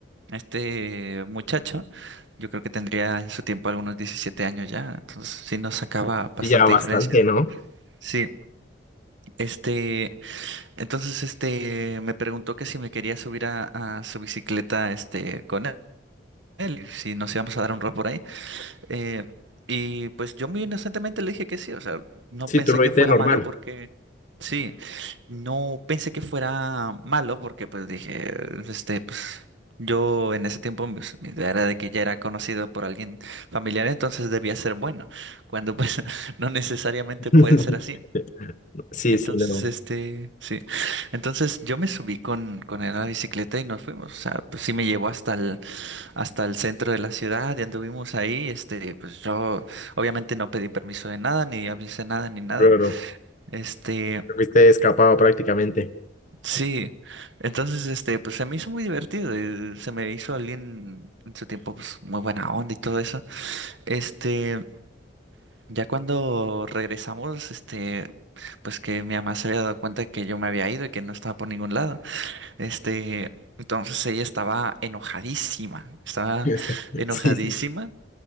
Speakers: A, on the right (about 75°); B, on the left (about 40°).
A: a este muchacho, yo creo que tendría en su tiempo algunos 17 años ya, entonces sí nos sacaba bastante
B: Y ya bastante,
A: diferencia.
B: ¿no?
A: Sí, este, entonces, este, me preguntó que si me quería subir a, a su bicicleta, este, con él, y si nos íbamos a dar un rol por ahí. Eh, y pues yo muy inocentemente le dije que sí, o sea, no
B: Sí,
A: pensé
B: tú lo
A: que
B: viste
A: fuera
B: normal.
A: malo porque, sí, no pensé que fuera malo porque pues dije, este, pues yo en ese tiempo pues, mi idea era de que ya era conocido por alguien familiar, entonces debía ser bueno, cuando pues <laughs> no necesariamente
B: <laughs>
A: puede ser así.
B: Sí,
A: Entonces,
B: sí, no.
A: este, sí. Entonces yo me subí con, con él a la bicicleta y nos fuimos. O sea, pues sí me llevó hasta el, hasta el centro de la ciudad y anduvimos ahí. Este, pues yo obviamente no pedí permiso de nada, ni avisé nada, ni nada.
B: Claro.
A: Este,
B: Te fuiste escapado prácticamente.
A: sí. Entonces, este, pues se me hizo muy divertido. y se me hizo alguien en su tiempo, pues muy buena onda y todo eso. Este. Ya cuando regresamos, este, pues que mi mamá se había dado cuenta que yo me había ido y que no estaba por ningún lado. Este, entonces ella estaba enojadísima, estaba
B: Ya está. <laughs>
A: enojadísima
B: Sí, sí.